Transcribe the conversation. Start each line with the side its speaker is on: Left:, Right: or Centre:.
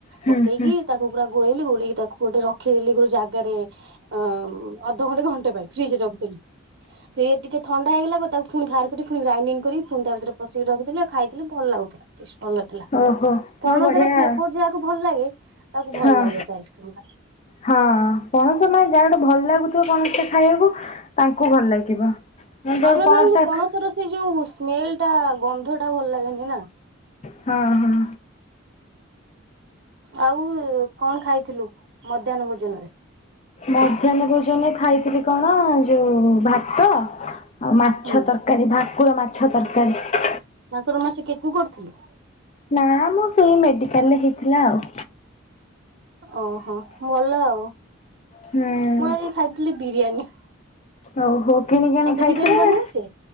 Left: ହୁଁ
Right: ପକେଇକି
Left: ହୁଁ।
Right: ତାକୁ ପୁରା ଗୋଳେଇଲି ଗୋଳେଇକି ତାକୁ ଗୋଟେ ରଖିଥିଲି ଗୋଟେ ଜାଗାରେ ଅ- ଅଧଘଣ୍ଟେ ଘଣ୍ଟେ ପାଇଁ ଫ୍ରିଜ୍ ରେ ରଖିଥିଲି। ସିଏ ଟିକେ ଥଣ୍ଡା ହେଇଗଲା ପରେ ତାକୁ ଫୁଣି ବାହାର କରି ପୁଣି ଗ୍ରାଇଣ୍ଡିଙ୍ଗ୍ କରି ପୁଣି ତା ଭିତରେ <unintelligible> ଖାଇଥିଲେ ଭଲ ଲାଗୁଥିଲା। ଟେଷ୍ଟ୍ ଭଲ ଥିଲା
Left: ଓହୋ ହଉ
Right: ପଣସର
Left: ବଢିଆ।
Right: ଫ୍ଲେବର୍ ଯାହାକୁ ଭଲ ଲାଗେ ତାକୁ
Left: ହଁ।
Right: ଭଲ ଲାଗିବ ସେ ଆଇସ୍କ୍ରିମ୍ ଟା।
Left: ହଁ ପଣସ <unintelligible> ଭଲ ଲାଗୁଥିବ ପଣସ ଖାଇବାକୁ ତାଙ୍କୁ ଭଲ ଲାଗିବ ମୁଁ
Right: ହଁ
Left: ତ ପଣସ
Right: ନନଙ୍କୁ ପଣସର
Left: ଖା
Right: ସେ ଯଉ ସ୍ମେଲ୍ ଟା ଗନ୍ଧ ଟା ଭଲ ଲାଗେନି ନା।
Left: ହଁ- ହଁ।
Right: ଆଉ କଣ ଖାଇଥିଲୁ ମଧ୍ୟାହ୍ନ ଭୋଜନରେ?
Left: ମଧ୍ୟାହ୍ନ ଭୋଜନରେ ଖାଇଥିଲି କଣ ଯଉ ଭାତ ଆଉ ମାଛ
Right: ହୁଁ।
Left: ତରକାରୀ ଭାକୁର ମାଛ ତରକାରୀ।
Right: ଭାକୁର ମାଛ କିଏ ତୁ କରିଥିଲୁ?
Left: ନା ମୁଁ ସେଇ ମେଡ଼ିକାଲ୍ ରେ ହେଇଥିଲା ଆଉ।
Right: ଓହୋ ଭଲ ଆଉ ମୁଁ
Left: ହୁଁ
Right: ଆଜି ଖାଇଥିଲି ବିରିୟାନୀ।
Left: ହଉ ହଉ କିଣିକି ଆଣିକି
Right: ତତେ
Left: ଖାଇଥିବେ?
Right: ବିରିୟାନୀ ବନେଇ ଆସେ